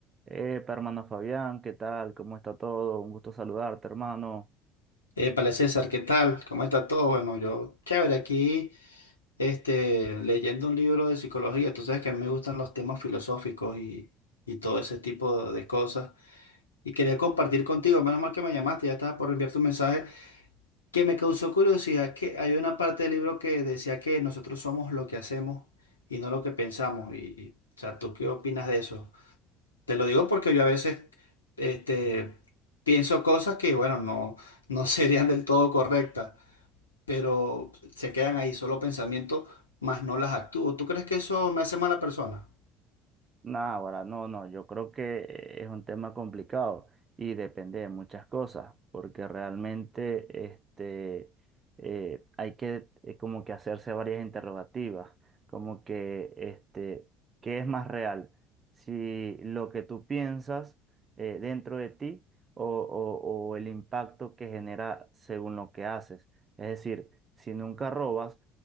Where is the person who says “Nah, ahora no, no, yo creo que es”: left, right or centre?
Right